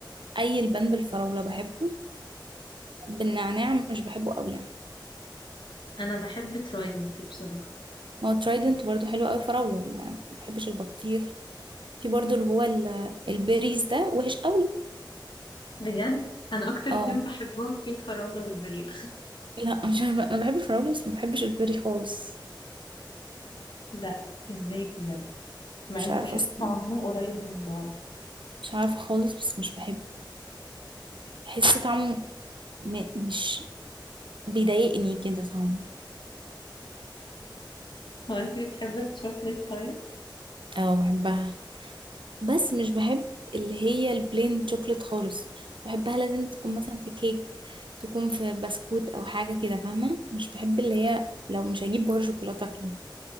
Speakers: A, on the right; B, on the left.
A: اي البان بالفراولة بحبه بالنعناع مش بحبه قوي يعني
B: انا بحب ترايدنت بصراحه
A: ما هو ترايدنت برضو حلو قوي فراولة ما ما بحبش البطيخ في برضو اللي هو ال- البيريز ده وحش قوي
B: بجد انا اكتر اتنين
A: اه
B: بحبهم في الفراوله والبريق
A: لا مش عارفة انا بحب الفراولة بس ما بحبش البيري خالص
B: لا ازاي بجد مع
A: مش
B: اني
A: عارفة
B: بحس
A: اصلا
B: طعمهم قريب من بعض
A: مش عارفة خالص بس مش بحبه بحس طعمه م... مش بيضايقني كده طعمه
B: هو انت بتحبي الشوكليت طيب
A: اه بحبها بس مش بحب اللي هي البلين شوكليت خالص بحبها لازم تكون مثلا في كيك تكون في بسكوت او حاجه كده فاهمه مش بحب اللي هي لو مش هجيب بار شوكولاته اكله